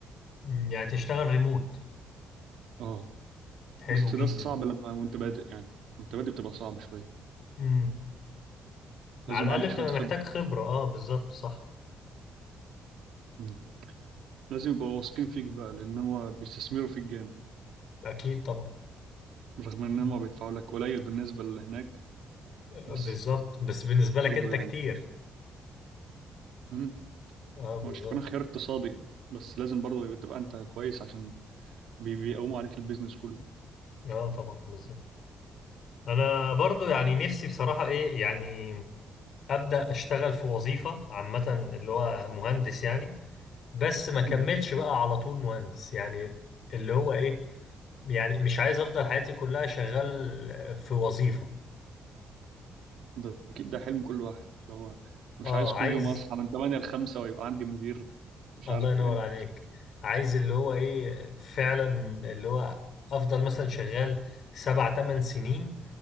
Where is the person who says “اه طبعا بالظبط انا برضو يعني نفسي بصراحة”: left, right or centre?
Left